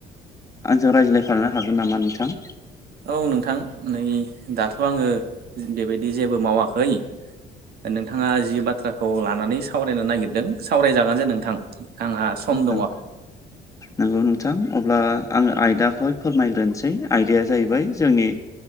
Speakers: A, on the left; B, on the right.
A: आंजों रायज्लायफानो हागोन नामा नोंथां?
B: औ नोंथां नै दाथ' आङो बेबायदि जेबो मावाखै नोंथाङा जि बाथ्राखौ लानानै सावरायनो नागिरदों सावरायजागोन जे नोंथां। आंहा सम दङ
A: नों
B: <inaudible>
A: नोंगौ नोंथां अब्ला आङो आयदाखौहाय फोरमायग्रोनसै आयदाया जाहैबाय जोंनि